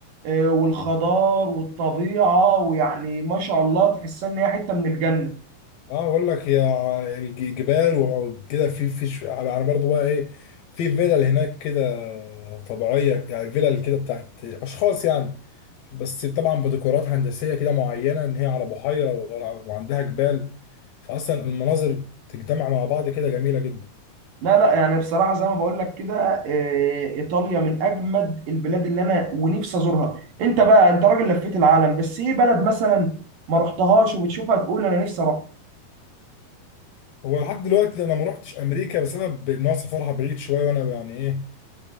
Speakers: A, on the right (about 70°); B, on the left (about 80°).
A: آه، والخضار والطبيعه ويعني ما شاء الله تحسها ان هي حته من الجنه
B: اه بقول لك يا ع- الج- جبال وكده في في ش- على على برضه بقى ايه في فيلل هناك كده طبيعيه يعني فيلل كده بتاعت اشخاص يعني بس طبعا بديكورات هندسيه كده معينه ان هي على بحيره وعندها جبال فاصلا المناظر تجتمع مع بعض كده جميله جدا
A: لا لا يعني بصراحه زي ما بقول لك كده آه، ايطاليا من اجمد البلاد اللي انا ونفسي ازورها انت بقى انت راجل لفيت العالم بس ايه بلد مثلا ما رحتهاش وبتشوفها تقول انا نفسي اروح
B: هو لحد دلوقتي انا ما روحتش امريكا بسبب ان هو سفرها بعيد شويه وانا يعني ايه